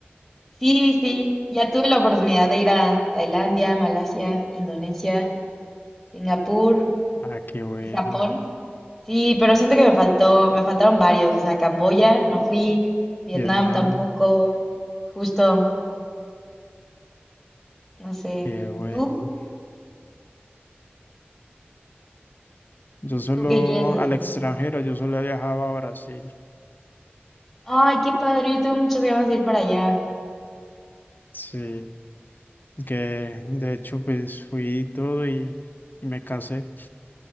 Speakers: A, in the centre; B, on the left.
A: Sí, sí, ya tuve la oportunidad de ir a Tailandia, Malasia, Indonesia. Singapur,
B: Ah, qué bueno.
A: ¿Y Japón? Sí, pero siento que me faltó, me faltaron varios. O sea, Camboya no fui, Vietnam
B: Vietnam,
A: tampoco. Justo, no sé.
B: qué bueno.
A: ¿Tú?
B: Yo solo
A: ¿Tú qué quieres hacer?
B: al extranjero, yo solo he viajado a Brasil.
A: Ay, qué padre, yo tuve muchas ganas de ir para allá.
B: Sí, que de hecho pues fui y todo y, y me casé.